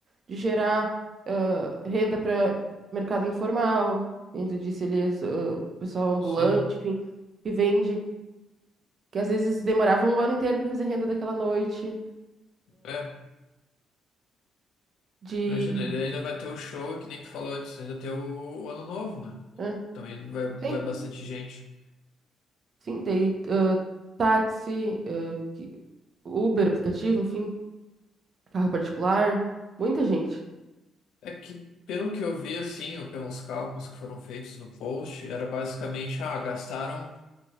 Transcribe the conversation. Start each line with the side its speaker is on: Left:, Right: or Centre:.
Right: de gerar ah, renda para mercado informal, dentro disso ali, as, ah, pessoal ambulante,
Left: Sim.
Right: enfim, que vende, que às vezes demorava um ano inteiro para fazer renda daquela noite,
Left: É.
Right: de,
Left: Imagina, ele ainda vai ter o show, é que nem tu falou antes, ainda tem o, o Ano Novo, né?
Right: ah,
Left: Também vai,
Right: sim
Left: vai bastante gente.
Right: Sim, daí ah, táxi, ah, que- Uber, aplicativo, enfim, carro particular, muita gente.
Left: É que, pelo que eu vi, assim, ou pelos cálculos que foram feitos no post, era basicamente, ah, gastaram